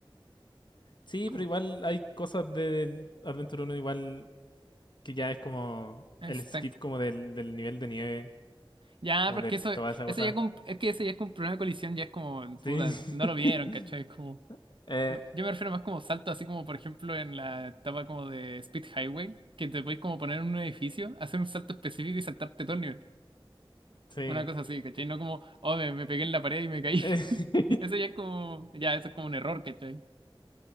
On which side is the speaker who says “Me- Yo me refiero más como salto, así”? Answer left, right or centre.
Right